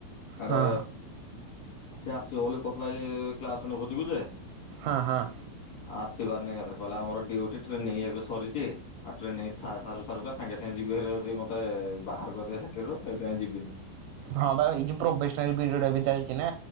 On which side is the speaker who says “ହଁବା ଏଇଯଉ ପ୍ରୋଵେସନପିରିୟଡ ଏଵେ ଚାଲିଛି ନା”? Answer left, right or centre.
Right